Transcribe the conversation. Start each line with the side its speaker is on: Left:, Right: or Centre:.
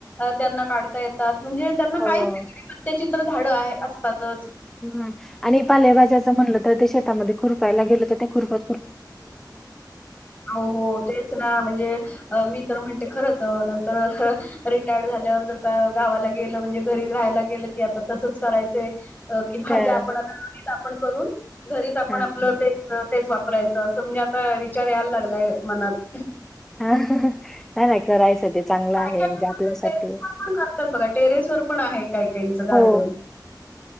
Left: त्यांना काढता येतात म्हणजे त्यांना
Centre: हो.
Left: काय... प्र त्या चित्र झाडं आहे असतातच..
Centre: हम् आणि पालेभाज्याच म्हणलं तर ते शेतामध्ये खुरपायला गेल तर ते खुरपा...
Left: हो हो तेच ना म्हणजे मी तर म्हनते खरच नंतर रिटायर्ड झाल्यावर जर का गावाला गेलं म्हणजे घरी राहायला गेलं की आता... तसच करायचं... की भाज्या
Centre: कळलं.
Left: आपण आता घरीच आपण करून घरीच आपण
Centre: हां.
Left: आपलं तेच वापर... वापरायच असं म्हणजे आता विचार यायला लागलाय मनात
Centre: हा नाही नाही करायचं ते चांगलं
Left: काय
Centre: आहे
Left: काय
Centre: म्हणजे आपल्यासाठी..
Left: टेरेस वर पण करतात बघा टेरेस वर पण आहे काय काच गार्डन...
Centre: हो,